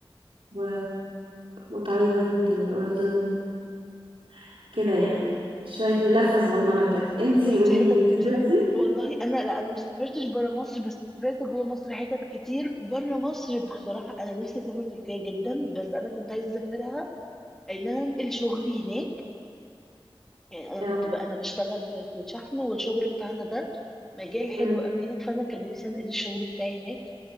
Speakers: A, on the right (about 75°); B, in the centre.
A: و... وتايلاند والأردن <laughs> كده يعني شوية لفة صغننة كده انتي
B: رحتي
A: قوليلي
B: حتت
A: انت
B: كتير
A: سافرتي؟
B: والله انا لا انا ما سافرتش بره مصر بس سافرت جوه مصر حتت كتير بره مصر بصراحه انا نفسي اسافر تركيا جدا بس انا كنت عايزه اسافرها ان انا انقل شغلي هناك يعني انا
A: اه
B: كنت بقى انا بشتغل في في الشحن والشغل بتاعنا ده مجال حلو
A: أمم،
B: قوي هناك فانا كان نفسي انقل الشغل بتاعي هناك